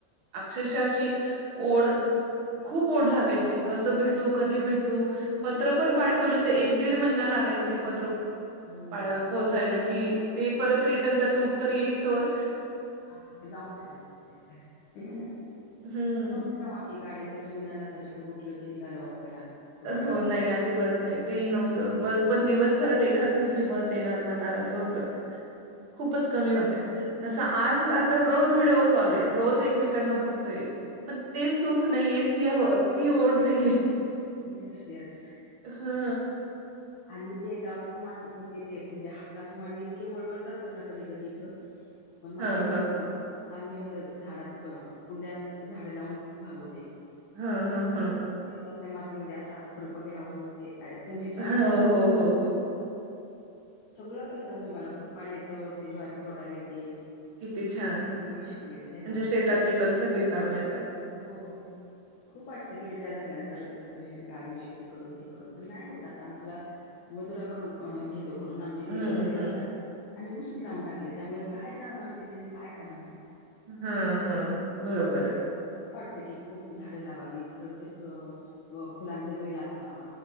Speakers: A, on the right; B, on the left.
A: अक्षरक्षः अशी ओढ खूप ओढ लागायची. कसं भेटू, कधी भेटू पत्र पण पाठवलं तर एक दीड महिना लागायच, ते पत्र
B: हो.
A: पोहोचायला की ते परत रिटर्न त्याचं उत्तर येईस तोवर
B: <unintelligible>
A: हं.
B: तेव्हा की गाड्यांच्या सुविधा नसायच, की उठलं की निघालं बाबां चला. कुठल्या
A: हो
B: गावाला.
A: नाही अजिबात नाही तेही नव्हतं, बस पण दिवसभरात एखाद दुसरी बस येणार जाणार. असं होतं खुपच कमी होते, तसं आज आता रोज कॉलेय, रोज एकमेकांना बघतोय पण ते सुख नाहीये ती ती ओढ नाहीये.
B: येस-येस.
A: हा.
B: आणि ते गावच्या मातीमध्ये ते म्हणजे हातासमाजे इतके वळवळ करतात, ना कधी कधी इथं मण माझी
A: हां,
B: ती
A: हां.
B: तहान मी आपलं झाडात, कुंड्यात झाडं लावून भागवते.
A: हां,
B: असं
A: हां,
B: वाटत
A: हां.
B: ना शेतातल्या मातीमध्ये असा खुरप घ्यावं, ते पणजीच्या
A: हो,
B: अ,
A: हो,
B: पण
A: हो, हो.
B: सगळं येतं म्हणजे मला खुरपायला येतं, ते ज्वारी तोडायला येते.
A: किती छान.
B: हा ते सगळं शिकलेलं तेव्हाचं.
A: म्हणजे शेतातली पण सगळी कामं येतात.
B: हो खूप वाटतं की, रिटायर झाल्यानंतर गावी ते करू, हे करू पण नाही होत आता आम्हाला मजुराकडून करून घेतो. करून आमचे दीर
A: हं,
B: वगैरे बघतात
A: हं.
B: आणि उसच लावून टाकले त्यामुळे काय जाणार तिथने आणि काय करणार.
A: हा हा बरोबर.
B: त्यामुळे खूप वाटते की खूप झाडं लावावीत प्रत्येक फुलांचा वेल असावा.